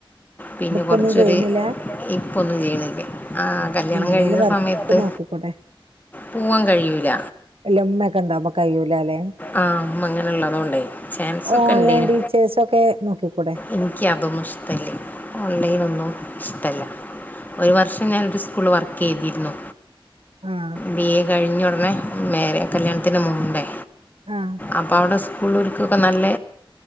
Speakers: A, on the left; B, on the right.
A: പിന്നെ
B: ഇപ്പൊ
A: കുറച്ചൊരു
B: ഒന്നും ചെയ്യുന്നില്ല
A: ഇപ്പൊന്നും ചെയ്യണ്ല്ല ആ കല്യാണം
B: എന്തിനേലും
A: കഴിഞ്ഞ
B: വർക്ക്
A: സമയത്ത്
B: നോക്കിക്കൂടെ
A: പൂവൻ കഴിയൂല
B: വല്ല ഉമ്മയൊക്കെ ഉണ്ടാവുമ്പോ കഴിയൂലല്ലെ
A: ആ ഉമ്മ ഇങ്ങനെ ഉള്ളതൊണ്ടെ ചാൻസ് ഒക്കെ
B: ഓൺലൈൻ
A: ഇണ്ടനി
B: ടീച്ചേഴ്സ് ഒക്കെ നോക്കിക്കൂടെ
A: എനിക്ക് അതൊന്നും ഇഷ്ടല്ലേ ഓൺലൈൻ ഒന്നും ഇഷ്ടല്ല ഒരു വർഷം ഞാനൊരു സ്കൂള് വർക്ക് ചെയ്തിരുന്നു
B: ആഹ്
A: ബിയെ കഴിഞ്ഞ ഉടനെ മേരെ കല്യണത്തിന്റെ മുമ്പെ
B: ആഹ്
A: അപ്പോ അവിടെ സ്കൂൾ ഇളോര്ക്ക് നല്ല